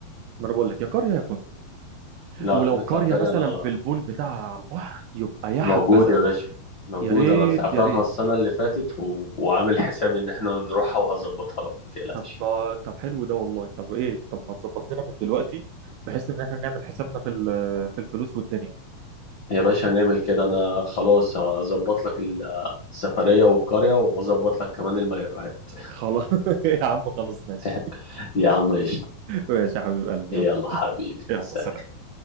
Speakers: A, on the right; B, on the left.
A: ما انا بقول لك يا قريه يا فندق
B: لا
A: ولو
B: لا نطلع
A: قريه
B: قرية
A: مثلا
B: انا
A: بالبول بتاعها على البحر يبقى يا
B: موجود
A: حبذا
B: يا باشا موجود
A: يا ريت
B: انا طلعتها
A: يا ريت
B: السنة اللي فاتت و... وعامل حساب ان احنا نروحها وهظبطها لك ما تقلقش
A: طب طب حلو ده والله طب ايه طب ما تظبط لنا من دلوقتي بحيث ان احنا نعمل حسابنا في ال- في الفلوس والدنيا
B: يا باشا نعمل كده انا خلاص هظبط لك السفرية والقرية واظبط لك كمان المايوهات
A: خلاص <laughs> يا عم خلاص ماشي
B: <laughs> يا عم قشطة
A: ماشي يا حبيب قلبي
B: يلا
A: يلا
B: حبيبي
A: يلا
B: سلام
A: سلام